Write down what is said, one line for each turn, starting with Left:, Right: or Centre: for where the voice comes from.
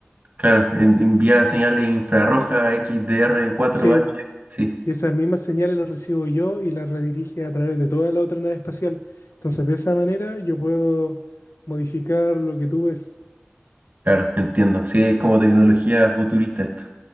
Right: Claro, en- envía señales infrarroja xdr cuatro
Left: Sí,
Right: h Sí.
Left: y esas mismas señales las recibo yo y las redirige a través de toda la otra nave espacial. Entonces, de esa manera yo puedo modificar lo que tú ves.
Right: Claro, entiendo. Sí, es como tecnología futurista esto.